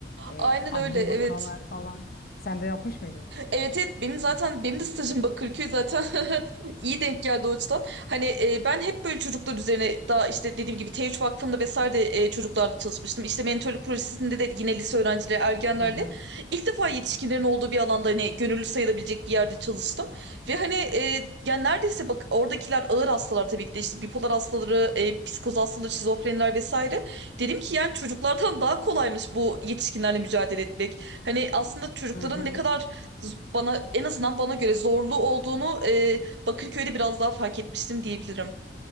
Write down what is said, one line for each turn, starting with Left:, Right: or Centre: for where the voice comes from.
Left: Ee,
Right: Aynen
Left: adli
Right: öyle evet.
Left: vakalar falan. Sen de yapmış mıydın?
Right: Evet evet benim zaten benim de stajım Bakırköy zaten <laughs> iyi denk geldi o açıdan. Hani e, ben hep böyle çocuklar üzerine daha işte dediğim gibi T3 Vakfı'nda vesaire de e, çocuklarla çalışmıştım. İşte mentorluk projesinde de yine lise öğrencileri ergenlerle
Left: Hı hı.
Right: ilk defa yetişkinlerin olduğu bir alanda hani gönüllü sayılabilecek bir yerde çalıştım. Ve hani e, yani neredeyse bak oradakiler ağır hastalar tabii ki de işte bipolar hastaları, e, psikoz hastaları, şizofreniler vesaire. Dedim ki yani çocuklardan daha kolaymış bu yetişkinlerle mücadele etmek. Hani aslında çocukların
Left: Hı hı.
Right: ne kadar z- bana en azından bana göre zorlu olduğunu e, Bakırköy'de biraz daha fark etmiştim diyebilirim.